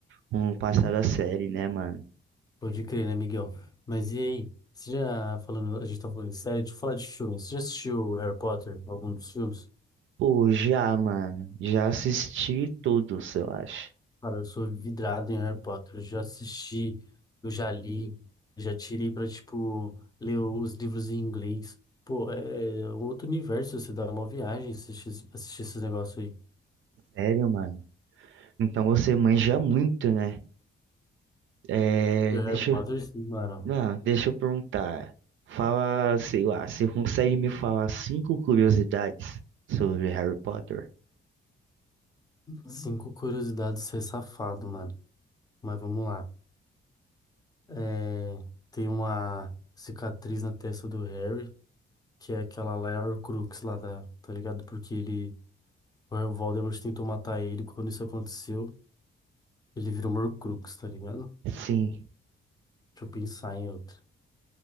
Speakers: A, on the right; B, on the left.
A: com o passar da série, né, mano?
B: Pode crer, né, Miguel? Mas e aí? Você já falando, a gente tá falando de série, deixa eu falar de filmes. Você já assistiu Harry Potter, algum dos filmes?
A: Pô, já, mano, já assisti todos, eu acho.
B: Cara, eu sou vidrado em Harry Potter, eu já assisti, eu já li, já tirei pra, tipo, ler os livros em inglês. Pô, é outro universo, você dá uma viagem assistir, assistir esses negócios aí.
A: Sério, mano. Então você manja muito, né? É,
B: De Harry
A: deixa,
B: Potter,
A: eu-
B: sim, mano.
A: não, deixa eu perguntar. Fala, sei lá, você consegue me falar cinco curiosidades sobre Harry Potter?
B: Cinco curiosidades ser safado, mano. Mas vamos lá. É, tem uma cicatriz na testa do Harry, que é aquela lá, é a Horcrux lá da, tá ligado? Porque ele, o Voldemort tentou matar ele, quando isso aconteceu, ele virou uma Horcrux, tá ligado?
A: Sim.
B: Deixa eu pensar em outra.